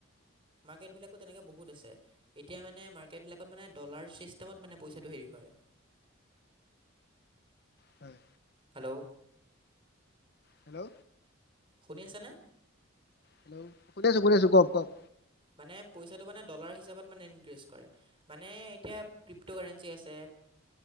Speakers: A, on the right; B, on the left.
A: মাৰকেটবিলাক তেনেকে বহুত আছে এতিয়া মানে মাৰ্কেট বিলাকত মানে ডলাৰ চিষ্টেমত মানে পইচাটো হেৰি কৰে।
B: হয়।
A: হেলো!
B: হেলো!
A: শুনি আছানে?
B: হেল্ল' শুনি আছো শুনি আছো কক কক
A: মানে পইচাটো মানে ডলাৰ হিচাপত মানে ইনক্ৰিজ কৰে মানে এতিয়া ক্ৰিপট'কাৰেঞ্চি আছে।